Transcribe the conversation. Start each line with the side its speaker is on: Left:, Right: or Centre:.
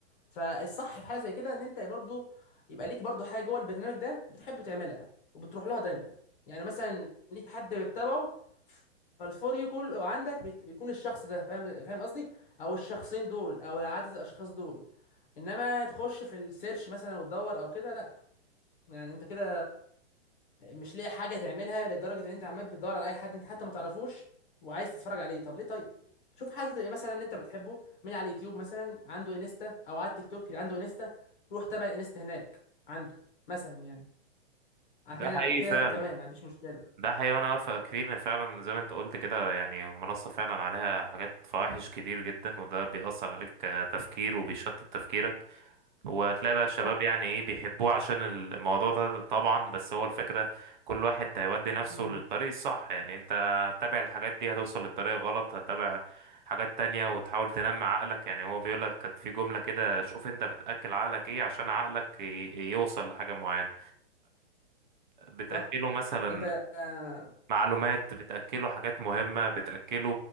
Left: فالصح في حاله زي كده ان انت برضه يبقى ليك برضه حاجه جوه البرنامج ده بتحب تعملها وبتروح لها دايما يعني مثلا ليك حد بتتابعه فالفور يو كله عندك بيت- بيكون الشخص ده فاهم فاهم قصدي او الشخصين دول او عدد الاشخاص دول انما تخش في السيرش مثلا وتدور او كده لا يعني انت كده مش لاقي حاجه تعملها لدرجه ان انت عمال بتدور على اي حد انت حتى ما تعرفوش وعايز تتفرج عليه طب ليه طيب شوف حد تبقى مثلا انت بتحبه من على اليوتيوب مثلا عنده انستا او على التيك توك اللي عنده انستا روح تابع الانستا هناك عنده مثلا يعني عشان
Right: ده
Left: ع-
Right: حقيقي
Left: كده
Right: فعلا
Left: هيبقى تمام يعني مفيش مشكله
Right: ده حقيقي وانا اوافقك فيه ان فعلا زي ما انت قلت كده يعني المنصة فعلا عليها حاجات فواحش كتير جدا وده بيأثر عليك كتفكير وبيشتت تفكيرك وهتلاقي بقى الشباب
Left: صح
Right: يعني ايه بيحبوه عشان الموضوع ده طبعا بس هو الفكرة كل واحد هيودي نفسه
Left: امم
Right: للطريق الصح يعني انت هتتابع الحاجات دي هتوصل للطريق غلط هتتابع حاجات تانية وتحاول تنمي عقلك يعني هو بيقولك كانت في جملة كده شوف انت بتأكل عقلك ايه عشان عقلك ي- يوصل لحاجة معينة بتأكله
Left: صح
Right: مثلا
Left: انت آه،
Right: معلومات بتأكله حاجات مهمة بتأكله